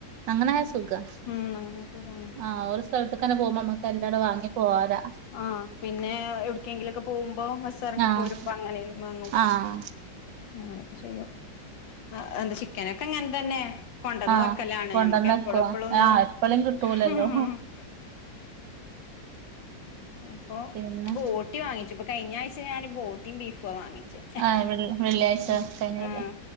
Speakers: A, on the right; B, on the left.
A: അങ്ങനായ സുഖാ
B: ഉം അങ്ങനെ ശരിയാണ്
A: ആഹ് ഒരു സ്ഥലത്തക്കന്നെ പോകുമ്പോ നമുക്ക് എല്ലാടോം വാങ്ങി പോകാലാ.
B: ആഹ് പിന്നെ എവിടക്കെങ്കിലൊക്കെ പോകുമ്പോ ബസ് ഇറങ്ങിപ്പോരുമ്പ
A: ആഹ്
B: അങ്ങനെയും വാങ്ങും.
A: ആഹ്
B: അങ്ങനെയൊക്കെ ചെയ്യും. ആഹ് എന്ത ചിക്കനൊക്കെ അങ്ങനെതന്നെ കൊണ്ടന്ന്
A: ആഹ്
B: വെക്കലാണ്.
A: കൊണ്ടന്നക്കുവാ
B: നമ്മക്ക് എപ്പഴ എപ്പഴൊന്നും
A: ആഹ് എപ്പളും കിട്ടൂലല്ലോ
B: ഉം <inaudible> അപ്പൊ
A: പിന്നെ
B: ബോട്ടി വാങ്ങിച്ചു. ഇപ്പ കഴിഞ്ഞ ആഴ്ച ഞാന് ബോ ത്തിം ബീഫാ വാങ്ങിച്ചേ.
A: ആഹ് വെള്ളി വെള്ളിയാഴ്ച
B: ഉം
A: കഴിഞ്ഞല്ലേ
B: ആഹ്